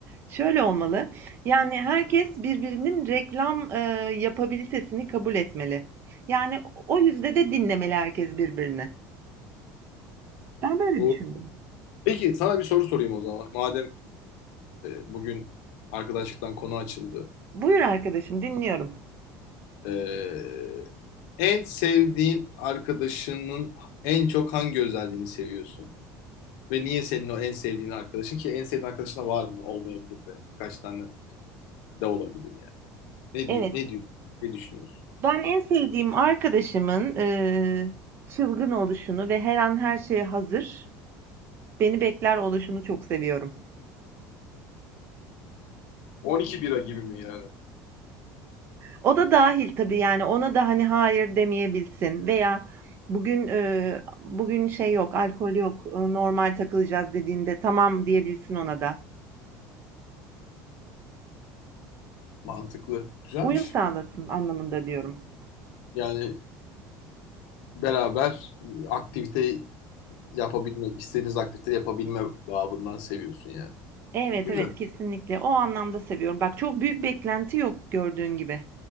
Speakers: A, on the right (about 35°); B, on the left (about 75°).
A: şöyle olmalı. Yani herkes birbirinin reklam e, yapabilitesini kabul etmeli. Yani o yüzde de dinlemeli herkes birbirini. Ben böyle
B: Doğru.
A: düşündüm.
B: Peki sana bir soru sorayım o zaman. Madem e, bugün arkadaşlıktan konu açıldı.
A: Buyur arkadaşım, dinliyorum.
B: E, en sevdiğin arkadaşının en çok hangi özelliğini seviyorsun? Ve niye senin o en sevdiğin arkadaşın ki en sevdiğin arkadaşına var mı? Olmayabilir de birkaç tane de olabilir yani. Ne
A: Evet,
B: diyor, ne diyor, ne düşünüyorsun?
A: ben en sevdiğim arkadaşımın e, çılgın oluşunu ve her an her şeye hazır, beni bekler oluşunu çok seviyorum.
B: 12 bira gibi mi yani?
A: O da dahil tabii, yani, ona da, hani, hayır demeyebilsin veya bugün, eee, bugün şey yok, alkol yok, ııı, normal takılacağız dediğinde tamam diyebilsin ona da.
B: Mantıklı. Güzelmiş.
A: Uyum sağlasın anlamında diyorum.
B: Yani beraber e, aktivite yapabilme, istediğiniz aktivite yapabilme babından seviyorsun yani.
A: Evet,
B: Güzel.
A: evet, kesinlikle. O anlamda seviyorum. Bak çok büyük beklenti yok gördüğün gibi.